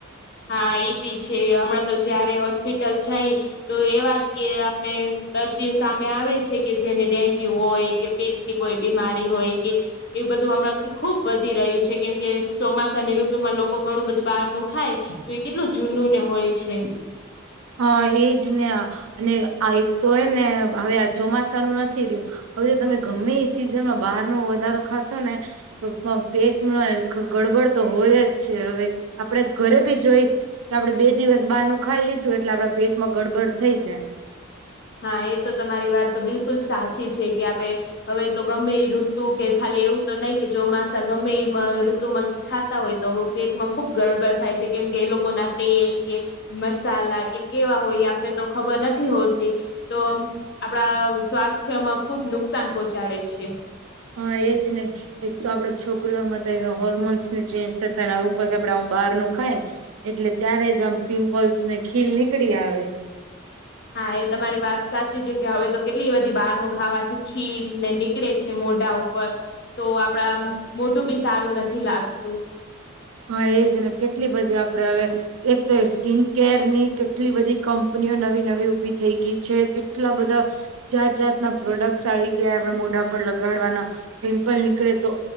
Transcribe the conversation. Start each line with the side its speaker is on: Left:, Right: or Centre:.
Left: હા એઈ બી છે હમણાં તો જયારે હોસ્પિટલ જાય તો એવા જ કે આપણે દર્દીઓ સામે આવે છે કે જેને ડેન્ગ્યુ હોય કે પેટ- - ની કોઈ બીમારી હોય કે- - એવું બધું હમણાં ખુબ વધી રહ્યું છે કેમ કે ચોમાસાની લોકો ઘણું બધું બહારનું ખાય તો એ કેટલું જૂનું ને હોય છે
Right: હા એજ ને અને આ એક તો એ ને હવે આ ચોમાસાનું નથી રહ્યું હવે જો તમે ગમે એ સિઝનમાં બહાર નો વધારો ખાશો ને- - તો પેટમાં ગડબડ તો હોય છે હવે આપડ બી જોઈ કે આપડે બે દિવસ બહાર નું ખાઈ લીધું એટલે આપડા પેટમાં ગડબડ થઈ જાય.
Left: હા એ તો તમારી વાત તો બિલકુલ સાચી છે કે આપે- - હવે તો ગમે એ ઋતુ કે ખાલી એવું તો નહી કે ચોમાસા ગમે એ ઋતુમાં ખાતા હોય તો પેટમાં ખુબ ગડબડ થાય છે કેમ કે એ લોકો ના તેલ કે- - મસાલા કે કેવા હોય આપને તો ખબર નથી હોત આપડા સ્વાસ્થ્યમાં ખુબ નુકસાન પહોંચાડે છે.
Right: હા એજ ને એક તો આપડે છોકરીઓમાં તો હોર્મોન્સ ને ચેન્જ થતા ઉપરથી આપડે આવું બહાર નું ખાય એટલે ત્યારે જ આમ પિમ્પલ્સ ને ખીલ નીકળી આવે- -
Left: હા એ તમારી વાત સાચી છે કે હવે તો કેટલી બધી બહાર નું ખાવાથી ખીલ નેની- - નીકળે છે મોઢા ઉપર તો આપડા મોઢું બી સારું નથી લાગતું
Right: હા એજ ને કેટલી બધી આપડે હવે એક તો એ સ્કીિન કેર ની કેટલી બધી કંપનીઓ નવી નવી ઉઊભી થઈ ગઈ છે કેટલા બધા- - જાત જાતના આવી આપડા મોઢા પર લગાડવાના- - પિમ્પલ નીકળે તો